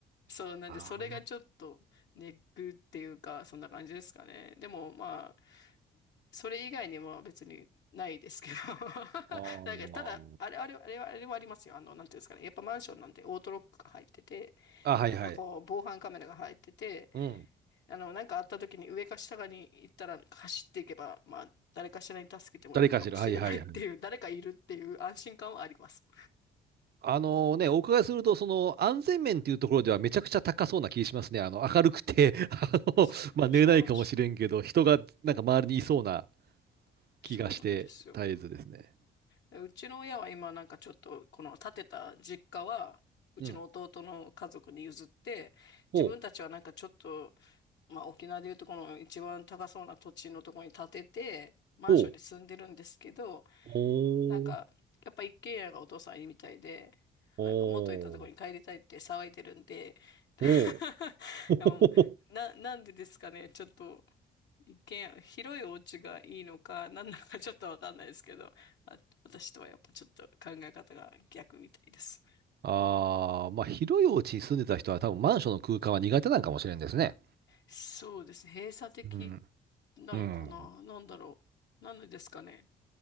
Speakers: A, on the left; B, on the right.
A: そう、
B: <laughs>
A: なんで、
B: ああ、
A: それがちょっとネックっていうか、そんな感じですかね。でも、まあ、それ以外には別にないですけど。<laughs>
B: あー
A: なんか、ただ、あれ、あれ、あれは、あれはありますよ。あの、なんていうんですかね。やっぱマンションなんでオートロックが入ってて、
B: あ、はいはい。
A: やっぱこう、防犯カメラが入ってて、
B: うん。
A: あの、なんかあった時に上か下かに行ったら走っていけば、まあ、誰かしらに助けてもらえるかもしれないっていう、
B: 誰かしら。はいはいはい。
A: 誰かいるっていう安心感はあります。
B: あのね、お伺いすると、その安全面っていうところではめちゃくちゃ高そうな気しますね。あの明るくて <laughs> あの、
A: そそうなんです。
B: まあ、寝れないかもしれんけど、人がなんか周りにいそうな気がして、
A: そうなんですよ。
B: 絶えずですね。
A: でうちの親は今なんかちょっとこの建てた実家はうちの弟の家族に譲って自分たちはなんかちょっと
B: うん。ほう、
A: まあ沖縄でいうとこの一番高そうな土地のところに建ててマンションに住んでるんですけど
B: ほう、ほう、
A: なんかやっぱ一軒家がお父さんいいみたいで
B: ほう、
A: なんか元いたところに帰りたいって騒いでるんで <laughs>
B: ほう、<laughs> ほ
A: でもな、なんでですかねちょっと一見、広いお家がいいのか、<laughs> 何なのかちょっとわかんないですけど、あ、私とはやっぱちょっと考え方が逆みたいです。
B: ああ、まあ、広いお家に住んでた人は多分マンションの空間は苦手なんかもしれんですね。
A: そうですね。閉鎖的
B: うん。
A: なのかななんだろう。
B: うん。
A: なんでですかね